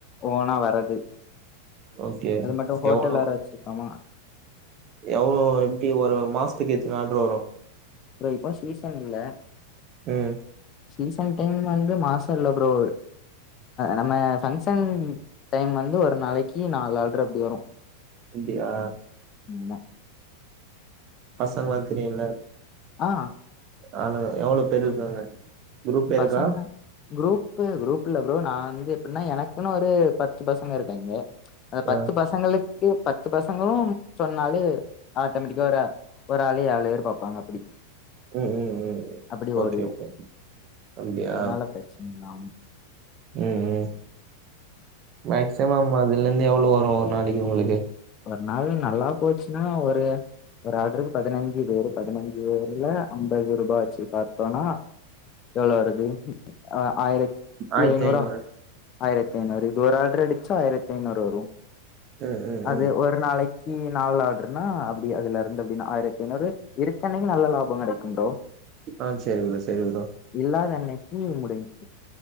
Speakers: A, on the left; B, on the right.
A: ஓனா வராது
B: ஓகே
A: அது மட்டு ஹோட்டல்
B: எவ்ளோ
A: வேற வச்சிருக்கோமா
B: எவ்ளோ எப்டி ஒரு மாசத்துக்கு எத்தன ஆட்ரு வரு
A: ப்ரோ இப்போ சீஷன் இல்ல
B: ம்
A: சீசன் டைம்ல வந்து மாச இல்ல ப்ரோ நம்ம ஃபங்க்ஷன் டைம் வந்து ஒரு நாளைக்கி நாலு ஆட்ரு அப்டி வரு
B: அப்டியா
A: ஆமா
B: பசங்களா தெரியும்ல
A: ஆ
B: ஆளுக எவ்ளோ பேரு இருக்காங்க குரூப் இருக்கா
A: பசங்க குரூப் குரூப்பு குரூப்ல ப்ரோ நா வந்து எப்டின்னா எனக்குன்னு ஒரு பத்து பசங்க இருக்காங்க அந்த
B: ஆ
A: பத்து பசங்களுக்கு பத்து பசங்களு சொன்னாலே ஆட்டோமேட்டிக்கா ஒரு ஒரு ஆளே ஏழு பேர் பாப்பாங்க அப்டி
B: ம் ம் ம்
A: அப்டி
B: ஓகே
A: ஓடிரு
B: ஓகே அப்டியா
A: அதனால ப்ரச்சனைல்லாம
B: ம் ம் மேக்சிமம் அதுலேந்து எவ்ளோ வரு ஒரு நாளைக்கி உங்களுக்கு
A: ஒரு நாள் நல்லா போச்சுன்னா ஒரு ஒரு ஆட்ருக்கு பதினஞ்சு பேரு பதினைஞ்சு பேருல ஐம்பது ரூபா வச்சு பாத்தோனா எவ்ளோ வருது அ ஆயிரத் தி
B: ஆயிரத்தி
A: ஐநூரா
B: ஐநூறு
A: ஆயிரத்த ஐநூறு இது ஒரு ஆட்ரு அடிச்சா ஆயிரத்த ஐநூறு வரு
B: ம் ம்
A: அது
B: ம்
A: ஒரு நாளைக்கி நாலு ஆட்ருன்னா அப்டி அதுல இருந்து அப்டின்னா ஆயிரத்தி ஐநூறு இருக்க அன்னைக்கி நல்ல லாபோ கெடைக்கு ப்ரோ
B: ஆ சேரி ப்ரோ சேரி ப்ரோ
A: இல்லாத அன்னைக்கி முடிஞ்ச்சு